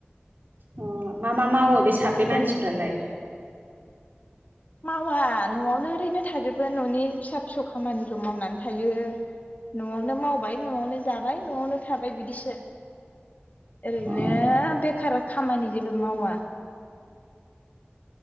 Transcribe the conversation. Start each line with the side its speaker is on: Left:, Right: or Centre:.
Right: अ मा मा मावो बे साब्रै
Left: जायो
Right: मानसिफ्रालाय?
Left: मावा न'आवनो ओरैनो थाजोबो न'नि फिसा फिसौ खामानिल' मावनानै थायो न'आवनो मावबाय न'आवनो जाबाय न'आवनो थाबाय बिदिसो। ओरैनो
Right: अ
Left: बेखार खामानि जेबो मावा‌।